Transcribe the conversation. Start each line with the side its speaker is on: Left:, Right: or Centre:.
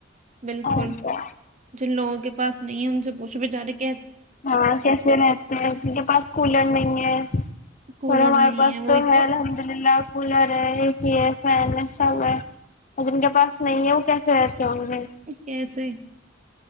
Right: بالکل
Left: اور کیا
Right: جن لوگوں کے پاس نہیں ہے ان سے پوچھ شب جاری کے
Left: ہاں کیسے رہتے ہیں ان کے پاس کولر نہیں ہے ایک تھوڑا
Right: کولر
Left: ہمارے
Right: نہیں
Left: پاس
Right: وہی
Left: تو ہے الحمد للہ کولر ہے اے سی ہے فین ہے سب ہے مطب ان کے پاس نہیں ہے وہ کیسے رہتے ہوں گے
Right: کیسے